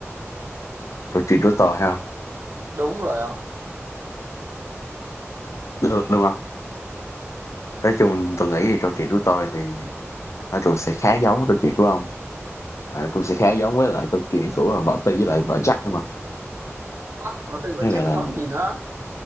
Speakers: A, on the left; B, on the right.
A: câu chuyện của tôi ha
B: đúng rồi không
A: được đúng không nói chung tôi nghĩ thì câu chuyện của tôi thì nói chung sẽ khá giống với câu chuyện của ông à, cũng sẽ khá giống với lại câu chuyện của vợ Tư với lại vợ Jack đúng không
B: bắt mà tôi mà
A: nó
B: chắc
A: gọi
B: là
A: là
B: có cái gì nữa